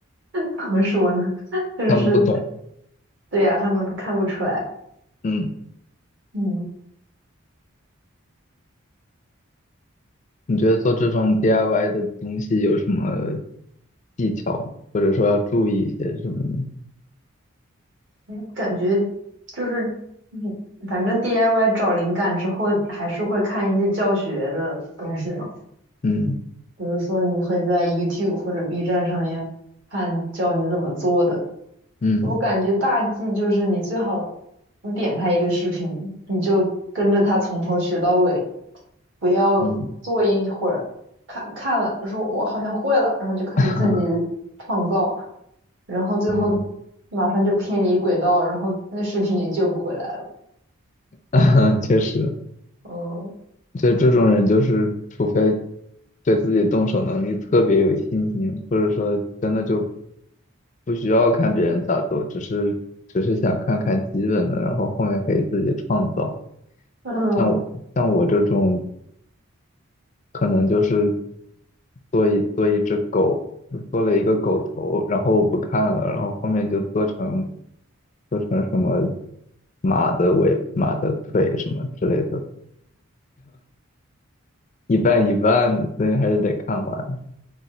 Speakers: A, on the right; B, on the left.
A: 他们说呢，<laughs> 就是
B: 他们不懂。
A: 对呀、他们看不出来。
B: 嗯，
A: 嗯，
B: 你觉得做这种 DIY 的东西有什么技巧，或者说要注意一些什么呢？
A: 嗯感觉就是，嗯反正 DIY 找灵感之后，还是会看一些教学的东西嘛。
B: 嗯
A: 比如说，你会在 YouTube 或者 B 站上面看教你怎么做的，
B: 嗯
A: 我感觉大忌就是你最好，你点开一个视频，你就跟着他从头学到尾，不要坐一会儿，
B: 嗯
A: 看看了说我好像会了，然后就开始自己
B: <laughs>
A: 创造，然后最后马上就偏离轨道，
B: 嗯，
A: 然后那视频也救不回来了。
B: <laughs> 确实。
A: 嗯
B: 就这种人，就是除非对自己动手能力特别有信心，或者说真的就不需要看别人咋做，只是只是想看看基本的，然后后面可以自己创造。
A: 嗯
B: 像我像我这种，可能就是做一做一只狗，就做了一个狗头，然后我不看了，然后后面就做成做成什么马的尾、马的腿什么之类的，一半一半的，所以还是得看完。